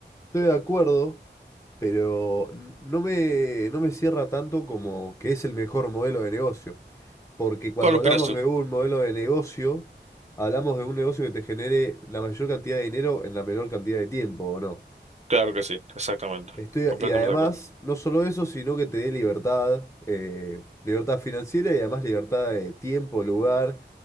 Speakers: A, on the left (about 15°); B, on the right (about 35°).
A: estoy de acuerdo, pero n- no me, no me cierra tanto como que es el mejor modelo de negocio. Porque cuando
B: ¿Cuál opinas
A: hablamos
B: tú?
A: de un modelo de negocio, hablamos de un negocio que te genere la mayor cantidad de dinero en la menor cantidad de tiempo, ¿o no?
B: Claro que sí, exactamente.
A: Estoy,
B: Completamente
A: y además,
B: de acuerdo.
A: no solo eso, sino que te dé libertad, eh, libertad financiera y además libertad de tiempo, lugar